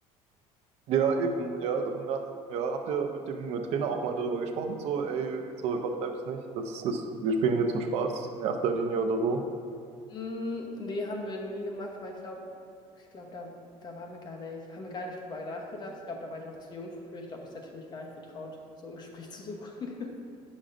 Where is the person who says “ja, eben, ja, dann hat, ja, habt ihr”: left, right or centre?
Right